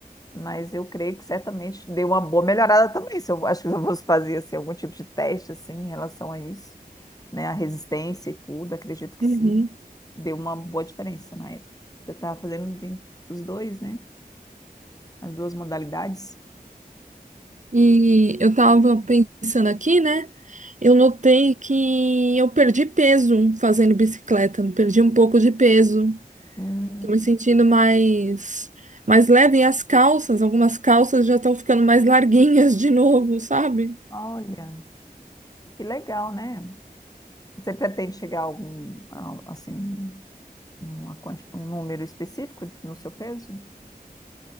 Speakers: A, on the left; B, on the right.
A: Mas eu creio que certamente deu uma boa melhorada também. Se eu <laughs> acho que eu fosse fazer assim, algum tipo de teste assim em relação a isso, né, a resistência e tudo, acredito que
B: Uhum.
A: sim. Deu uma boa diferença na época. Eu estava fazendo os dois, né? As duas modalidades.
B: E eu tava pensando aqui, né? Eu notei que eu perdi peso fazendo bicicleta, perdi um pouco de peso.
A: Hum,
B: Tô me sentindo mais mais leve e as calças, algumas calças já estão ficando mais larguinhas de novo, sabe?
A: olha, que legal, né? Você pretende chegar a algum, a- assim, uma quanti- um número específico no seu peso?